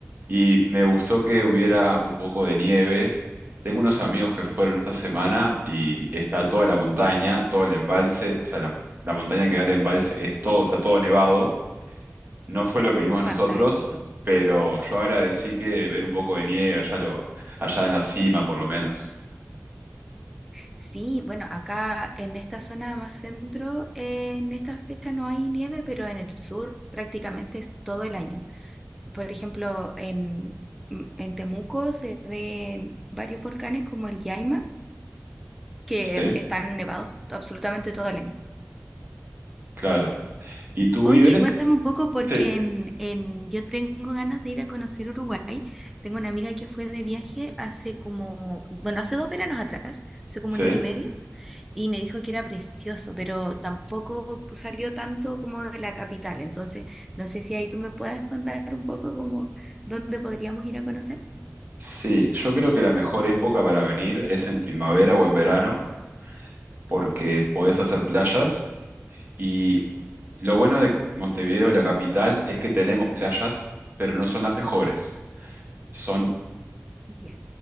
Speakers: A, on the right; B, in the centre.
A: y me gustó que hubiera un poco de nieve. Tengo unos amigos que fueron esta semana y está toda la montaña, todo el embalse, o sea, la, la montaña que da el embalse es todo, está todo nevado. No fue lo que vimos nosotros,
B: Fantástico.
A: pero yo agradecí que ver un poco de nieve allá, lo, allá en la cima, por lo menos.
B: Sí, bueno, acá en esta zona más centro, eh, en esta fecha no hay nieve, pero en el sur prácticamente es todo el año. Por ejemplo, en, en Temuco se ven varios volcanes como el Yaima, que
A: Sí,
B: están nevados absolutamente todo el año.
A: claro. ¿Y tú
B: Oye,
A: vives?
B: y cuéntame un poco porque
A: Sí,
B: en, en- yo tengo ganas de ir a conocer Uruguay. Tengo una amiga que fue de viaje hace como, bueno, hace dos veranos atrás, hace como
A: sí.
B: un año y medio, y me dijo que era precioso, pero tampoco salió tanto como de la capital. Entonces, no sé si ahí tú me puedas contar un poco como dónde podríamos ir a conocer.
A: Sí, yo creo que la mejor época para venir es en primavera o en verano, porque podés hacer playas. Y lo bueno de Montevideo, la capital, es que tenemos playas, pero no son las mejores. Son,
B: Ya.